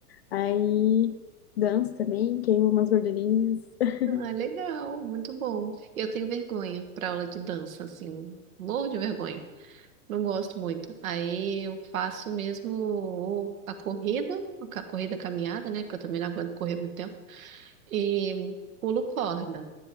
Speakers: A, on the left; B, on the right.
A: Aí danço também, queimo umas gordurinhas. <laughs>
B: Ah, legal, muito bom. Eu tenho vergonha para aula de dança, assim, morro de vergonha. Não gosto muito. Aí eu faço mesmo ou a corrida, a ca- corrida caminhada, né? Porque eu também não aguento correr muito tempo. E pulo corda.